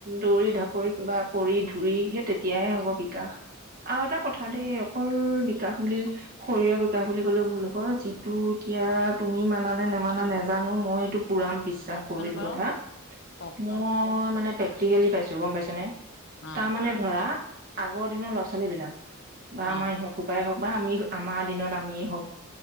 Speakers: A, on the right; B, on the left.
A: দৌৰি ধঢাপৰি কিবা পৰি ধুৰি সেই তেতিয়াহে হ'ব বিকাশ। আৰু এটা কথা দেই অকল বিকাশ বুলি শৰীৰৰ বিকাশ বুলি ক'লেও যিটো এতিয়া তুমি মানা নে নেমানা নেজানো মই এইটো পুৰাম বিশ্বাস
B: কওকচোন
A: কৰো এইটো
B: বাৰু
A: কথা
B: কওকচোন
A: মই মানে প্ৰেক্টিকেলি পাইছো গম পাইছানে।
B: অ
A: তাৰ মানে ধৰা আগৰ দিনৰ ল'ৰা-ছোৱালীবিলাক বা আমাৰ
B: অ
A: ইহঁত সোপায়ে হওক বা আমি আমাৰ দিনত আমিয়ে হওক